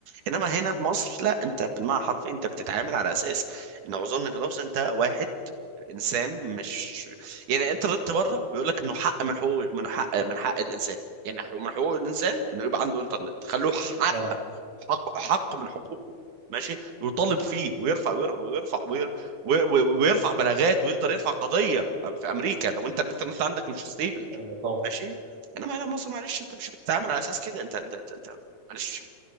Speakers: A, on the right; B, on the right.
A: انما هنا في مصر لا انت بالمعنى حرفيا انت بتتعامل على اساس ان اعذرني في اللفظ انت واحد انسان مش يعني انت ردت بره بيقول لك انه حق من حقوق من حق من حق الانسان يعني حق- من حقوق الانسان انه يبقى عنده انترنت خلوه حق
B: انا
A: حق, حق من حقوقه ماشي يطالب فيه ويرفع وير- ويرفع وير- وي- وي- ويرفع بلاغات ويقدر يرفع قضيه في امريكا لو انت الانترنت عندك مش ستيبل
B: ايوه طبعا
A: ماشي انما هنا مصر معلش انت مش بتتعامل على اساس كده انت انت انت, انت معلش